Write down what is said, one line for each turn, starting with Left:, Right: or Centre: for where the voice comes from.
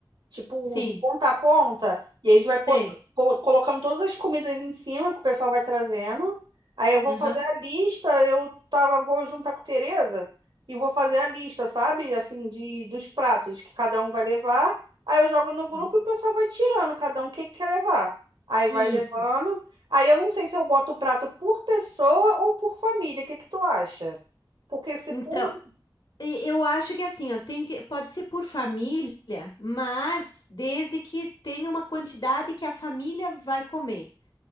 Right: tipo,
Left: Sim,
Right: de ponta a ponta, e a gente vai pot-
Left: sei.
Right: co- colocando todas as comidas em cima que o pessoal vai trazendo. Aí eu vou
Left: Aham.
Right: fazer a lista, eu tava, vou juntar com a Tereza e vou fazer a lista, sabe? Assim, de, dos pratos que cada um vai levar. Aí eu jogo no grupo
Left: Uhum.
Right: e o pessoal vai tirando, cada um o que que quer levar. Aí vai
Left: Isso.
Right: levando. Aí eu não sei se eu boto o prato por pessoa ou por família. O que que tu acha? Porque se
Left: Então,
Right: por...
Left: e- eu acho que assim, ó, tem que, pode ser por família, mas desde que tenha uma quantidade que a família vai comer